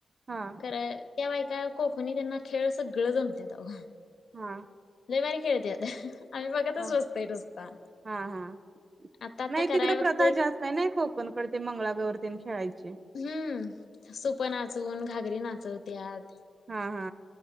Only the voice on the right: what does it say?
हा
हा
हा
हा हा.
नाही
तिकड
प्रथा जास्त आहे ना कोकणकड ते मंगळा गौर न ते खेळायची.
हा हा.